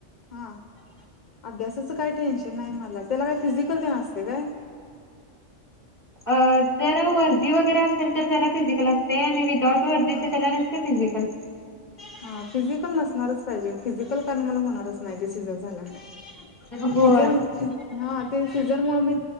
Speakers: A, on the left; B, on the left.
A: हा अभ्यासाचं काय टेन्शन नाही मला त्याला काय फिजिकल पण असते काय?
B: अ जर वर्दी वगैरे असेल तर त्याला फिजिकल असते आणि विदाऊट वर्दी
A: ह
B: त्याला नसते फिजिकल
A: हा फिजिकल नसणारच पाहिजे फिजिकल कारण मला होणारच नाही ते सिझर झाल्यामुळे
B: होय
A: फिजिकल ते सिजर मुळे मी